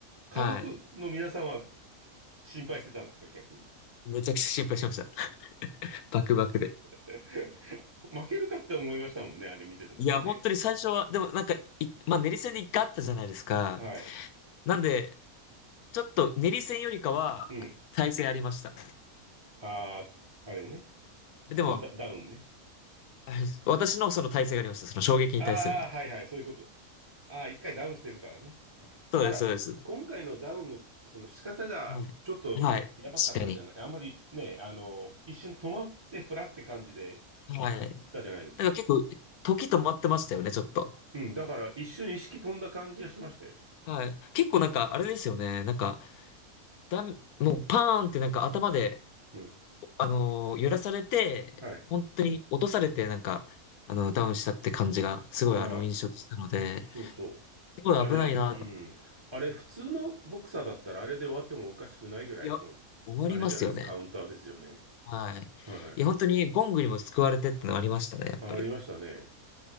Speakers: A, on the right (about 20°); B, on the left (about 85°).
A: 家族の皆さんは
B: はい。
A: 心配してたんですか、逆に。
B: めちゃくちゃ心配しました。バクバクで。
A: <laughs> 負けるかって思いましたもんね、あれ見てた時ね。
B: いや、本当に最初は、でもなんか、いまあ、練り戦で一回あったじゃないですか。
A: はい。
B: なんで、ちょっと練り戦よりかは、
A: うん。
B: 耐性ありました。
A: ああ、あれね。
B: でも、
A: あのダ、ダウンね。
B: はい私のその耐性がありました。その衝撃に対する。
A: ああ、はいはい、そういうこと。ああ、一回ダウンしてるからね。
B: そうです、
A: ただ、
B: そうです。
A: 今回のダウンのその仕方が、
B: はい。
A: ちょっとやばかったじゃない。
B: はい。確かに。
A: あんまりね、あの、一瞬止まってフラって感じで
B: はい。
A: 行ったじゃないですか。
B: なんか結構、時止まってましたよね、ちょっと。
A: うん、だから一瞬意識飛んだ感じがしましたよね。
B: はい。結構なんか、あれですよね。なんか、だん、もうパーンってなんか頭で、
A: うん。
B: あのー揺らされて、
A: はい。
B: 本当に落とされて、なんか、あの、ダウンしたって感じが、すごいあの、
A: いや、
B: 印象でしたので、
A: そうそう。
B: すごい危ないなって。
A: あれ、うん。あれ、普通のボクサーだったら、あれで終わってもおかしくないぐらいの、
B: いや、終わりますよね。
A: あれじゃないです、カウンターですよね。
B: はい。
A: は
B: いや、本当にゴングにも救われてってのありましたね、やっぱり。
A: い。あ、ありましたね。